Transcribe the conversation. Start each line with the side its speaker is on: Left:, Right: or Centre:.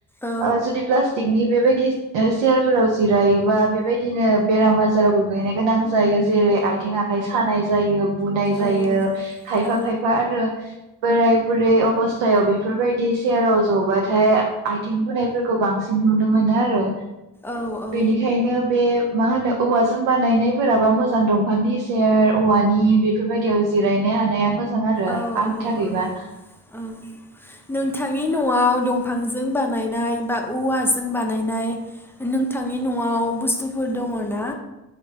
Centre: औ
Right: ओ जुदि प्लास्टिक बि बेबायदि चेयारफोराव जिरायोबा बे बायदिनो बेराम आजाराव गोग्लैनो गोनां जायो जेरै आइथिं आ नाय सानाय जायो बुनाय जायो
Centre: औ
Right: खायफा
Centre: औ
Right: खायफा आरो बोराय बुरै अबस्थायाव बेफोरबायदि सेयाराव जबाथाय आइथिं बुनायफोरखौ बांसिन नुनो मोनो आरो
Centre: औ औ
Right: बेनिखायनो बे मा होनो औवाजों बानायनायफोराबा मोजां दंफांनि सेर औवानि बेफोरबायदियाव जिरायनो हानाया मोजा जां आरो
Centre: औ
Right: आंनि थाखायबा
Centre: औ औ नोंथांनि न'आव दंफांजों बानायनाय बा औवाजों बानायनाय नोंथांनि न'आव बुस्थुफोर दङ ना